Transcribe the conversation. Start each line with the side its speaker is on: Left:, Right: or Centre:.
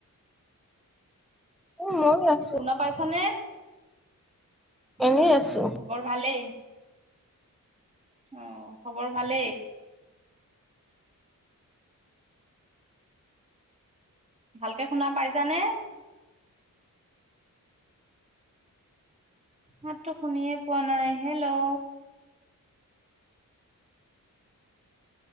Centre: উ, ময়ো আছোঁ।
Right: শুনা পাইছানে?
Centre: এনেই
Right: অ'
Centre: আছো।
Right: খবৰ ভালেই? অ' খবৰ ভালেই? ভালকে শুনা পাইছানে? মাতটো শুনিয়ে পোৱা নাই, হেল্ল'।